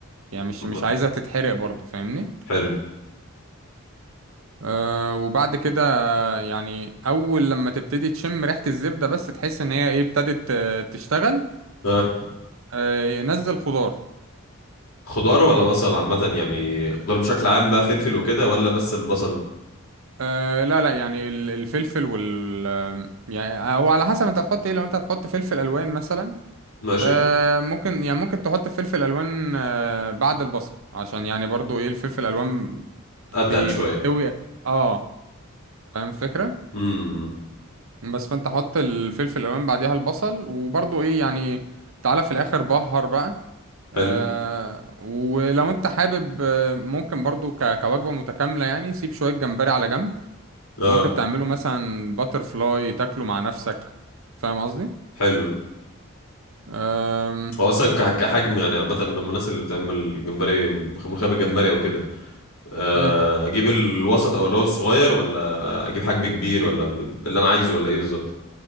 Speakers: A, on the right; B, on the left.
A: يعني مش
B: م-
A: مش عايزها تتحرق برضه فاهمني
B: حلو
A: أه وبعد كده يعني أول لما تبتدي تشم ريحة الزبدة بس تحس إن هي ايه ابتدت آه، تشتغل
B: آه.
A: أه نزل خضار
B: خضار ولا بصل عامة يعني خضار بشكل عام بقى فلفل وكده ولا بس البصل
A: أه لا لا يعني ال- الفلفل وال آه، يعني هو على حسب انت هتحط ايه لو انت هتحط فلفل ألوان مثلا
B: ماشي
A: آه ممكن يعني ممكن تحط فلفل الوان آه بعد البصل عشان يعني برضو ايه الفلفل الالوان
B: اتقل
A: بي
B: شوية
A: بيستوي اه فاهم الفكره
B: امم
A: بس فانت حط الفلفل الالوان بعديها البصل وبرضو ايه يعني تعالى في الاخر بهر بقى آه
B: حلو
A: ولو انت حابب آه، ممكن برضو ك- كوجبه متكامله يعني سيب شويه جمبري على جنب
B: اه
A: ممكن تعمله مثلا باتر فلاي تاكله مع نفسك فاهم قصدي
B: حلو
A: آم،
B: هو اصلا كح- كحجم يعني عامة لما الناس اللي بتعمل جمبري ملوخية بالجمبري او كده آه،
A: مم.
B: اجيب الوسط او اللي هو الصغير ولا اجيب حجم كبير ولا اللي انا عايزه ولا ايه بالظبط